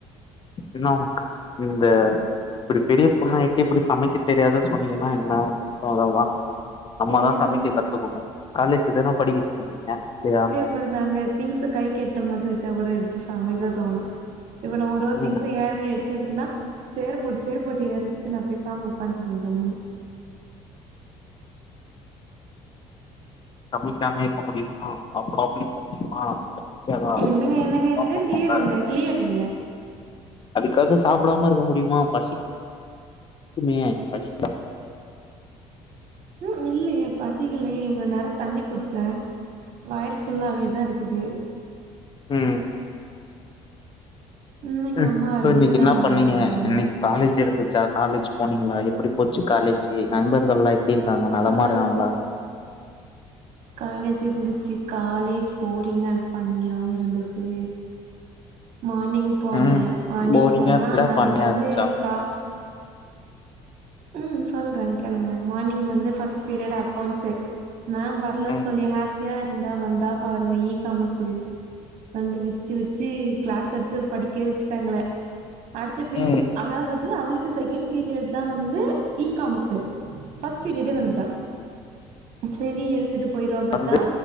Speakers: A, on the left (about 35°); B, on the right (about 65°).
A: இன்னு உனக்கு இந்த இப்டி பெரிய பொண்ணா ஆய்ட்டு இப்டி சமைக்க தெரியாதுன் சொன்னீங்கன்னா என்னா அவ்ளோதா அம்மா
B: பெரிய
A: தா சமைக்க
B: பொண்ணு
A: கத்துக்கணு காலேஜ் தான படிக்கிறிங்க இல்லயா
B: இவ்ளோ தாங்க திங்ஸ் கை கெட்டுற மாதிரி வச்சா கூட எடுத்து சமைக்க தோணு இவன ஒரு ஒரு
A: ம்
B: திங்ஸயாவது எடுத் எதுக்குன்னா சேர் போட்டு சேர் போட்டு ஏறதுக்கு நா பேசாம உக்காந்துப்ப கம்முனு
A: சமைக்காமையே இருக்க முடியுமா சாப்டாமயு இருக்க முடியுமா இருக்காதா
B: என்னங்க என்னங்க என்னங்க
A: சாப்புட்ணுல்ல
B: கிளியர் இல்ல கிளியர் இல்ல
A: அதுக்காக சாப்டாம இருக்க முடியுமா பசிக்மே பசி
B: ம் இல்லயே பசிக்கலயே இவ்ளோ நேர தண்ணி குடிச்ச வயறு ஃபுல்லாவே தா இருக்குது
A: ம்
B: ம் எங்க
A: இப்ப
B: அம்மா வரும்போது
A: இன்னைக்கு
B: எதாவது
A: என்ன
B: வாங்கிட்டு
A: பண்ணீங்க
B: வருவாங்க
A: இன்னைக்கு
B: ஸ்நாக்ஸ்
A: காலேஜ் இருந்துச்சா காலேஜ் போனீங்ளா எப்டி போச்சு காலேஜு நண்பர்கள்ல்லா எப்டி இருக்காங்க நலமா
B: கால்
A: இருக்காங்களா
B: காலேஜ் இருந்துச்சு காலேஜ் போரிங் அன்ட் பண்ணியாவு இருந்துச்சு மார்னிங் போனே
A: ம்
B: மார்னிங்
A: போரிங்கா
B: போனா
A: இருந்துச்சா
B: நாங்க
A: ஃபன்னியா
B: வந்து
A: இருந்துச்சா
B: கா ம் சொல்ற கேளுங்க மார்னிங் வந்து ஃபர்ஸ்ட் பீரியட் அக்கௌண்ட்ஸ்ஸு மேம் வரலன்
A: ம்
B: சொல்லி ஹாப்பியா இருந்தா வந்தா பாருங்க ஈ காமஸ்ஸு வந்து வச்சு வச்சு கிளாஸ் எடுத்து படிக்க வச்சுட்டா எங்கள அடுத்தது
A: ம்
B: அதாவது அவளுக்கு செகண்ட் பீரியட் தா வந்து இ காமர்ஸ் ஃபர்ஸ்ட் பீரியடே வந்துட்ட செரி எடுத்துட்டு போயிருவான் பாத்தா
A: வந்து